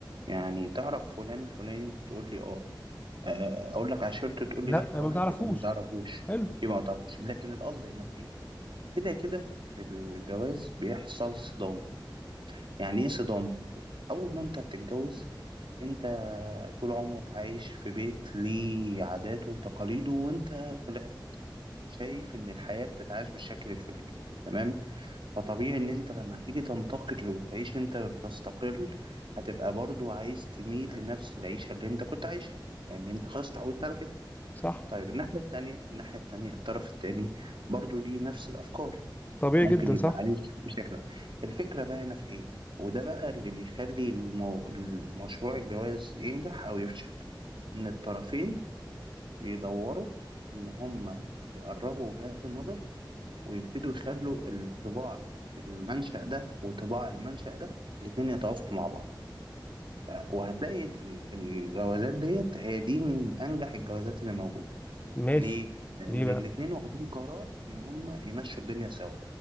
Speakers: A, on the right (about 80°); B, on the left (about 20°).
A: يعني تعرف فلان فلاني تقول لي اه آه، اقول لك عشرته تقول
B: لا
A: لي لا اقول
B: ما بتعرفوش
A: لك يبقى ما تعرفوش
B: حلو
A: يبقى ما تعرفوش لكن القصد هنا في ايه كده كده في الجواز بيحصل صدام يعني ايه صدام اول ما انت بتتجوز انت طول عمرك عايش في بيت ليه عاداته وتقاليده وانت طلعت شايف ان الحياة بتتعاش بالشكل الفلاني تمام فطبيعي ان انت لما هتيجي تنتقل وتعيش انت بتستقل هتبقى برضو عايز تميل لنفس العيشة اللي انت كنت عايشها يعني انت خلاص اتعودت على كده
B: صح
A: طيب الناحية التانية الناحية التانية الطرف التاني برضو ليه نفس الأفكار
B: طبيعي
A: ممكن
B: جدا
A: يبقى
B: صح
A: عايز بشكل ما. الفكرة باينة في إيه؟ وده بقى اللي بيخلي المو... المشروع الجواز ينجح أو يفشل إن الطرفين يدوروا إن هما يقربوا وجهات النظر ويبتدوا يخلوا الطباع بتاعت المنشأ ده وطباع المنشأ ده الاتنين يتوافقوا مع بعض ف- وهتلاقي ال- ال- الجوازات ديت هي دي من أنجح الجوازات اللي موجودة
B: ماشي
A: ليه؟ لأن
B: ليه بقى
A: الاتنين واخدين قرار إن هما يمشوا الدنيا سوا،